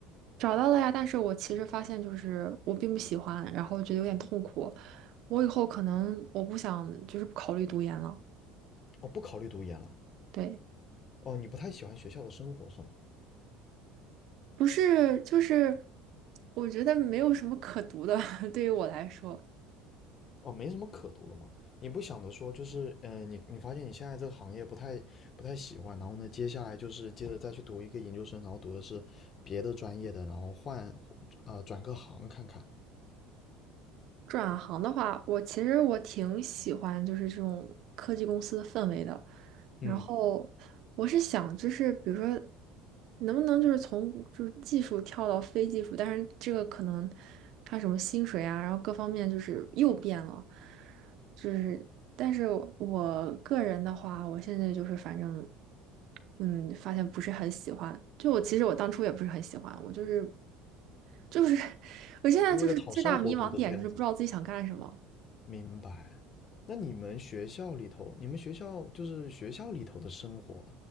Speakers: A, on the right (about 65°); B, on the left (about 40°).
A: 找到了呀，但是我其实发现就是我并不喜欢，然后觉得有点痛苦，我以后可能我不想就是不考虑读研了，
B: 哦，不考虑读研了。
A: 对。
B: 哦，你不太喜欢学校的生活是吗？
A: 不是，就是我觉得没有什么可读的，<laughs> 对于我来说，
B: 哦，没什么可读的嘛。你不想着说就是嗯、呃你你发现你现在这个行业不太不太喜欢，然后呢，接下来就是接着再去读一个研究生，然后读的是别的专业的，然后换呃转个行看看。
A: 转行的话，我其实我挺喜欢就是这种科技公司的氛围的，
B: 嗯，
A: 然后我是想，就是比如说，能不能就是从就是技术跳到非技术，但是这个可能他什么薪水啊，然后各方面就是又变了，就是但是我个人的话，我现在就是反正嗯，发现不是很喜欢。就我其实我当初也不是很喜欢，我就是就是 <laughs> 我现在就是最大迷茫点就是不知道自己想干什么。
B: 就为了讨生活读的这样子。明白。那你们学校里头，你们学校就是学校里头的生活，